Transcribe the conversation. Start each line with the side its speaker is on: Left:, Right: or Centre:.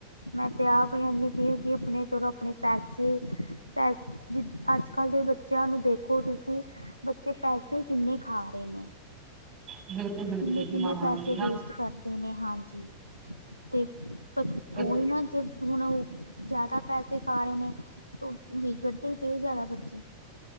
Left: ਮੈਂ ਤੇ ਆਪ ਕਹਿੰਦੀ ਪਈ ਕਿ ਆਪਣੇ ਪੈਸੇ ਚਲੋ ਆਪਣੇ ਪੈਸੇ ਪੈਸ ਜਿ ਅੱਜ ਕੱਲ੍ਹ ਦੇ ਬੱਚਿਆਂ ਨੂੰ ਦੇਖੋ ਤੁਸੀਂ ਬੱਚੇ ਪੈਸੇ ਕਿੰਨੇ ਖਾ ਰਹੇ ਨੇ।
Right: ਬਿਲਕੁਲ ਬਿਲਕੁਲ
Left: ਕਿੰਨੇ
Right: ਜੀ
Left: -ਕਿੰਨੇ
Right: ਹਾਂ
Left: ਪੈਸੇ
Right: ਇਹ ਨਾ
Left: ਵੇਸਟ ਕਰਨ ਦੇ ਨੇ ਹਾਂਜੀ ਤੇ ਪਰ
Right: ਤੇ
Left: ਓਹੀ ਨਾ ਜੇ ਹੁਣ ਓ ਜੈਦਾ ਪੈਸੇ ਖਾ ਰਏ ਨੇ ਤੋ ਵਿਗੜ ਦੇ ਪਏ ਜੈਦਾ ਬੱਚੇ।